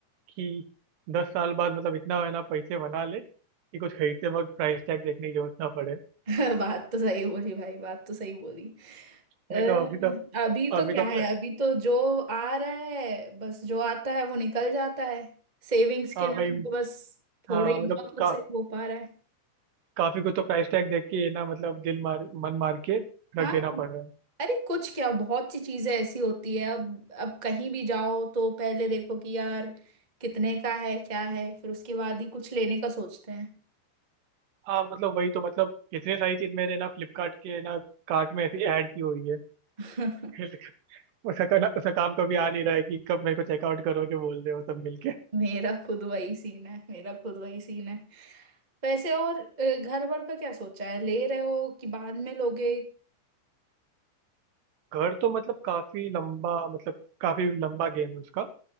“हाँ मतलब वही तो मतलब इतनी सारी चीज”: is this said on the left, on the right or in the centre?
Right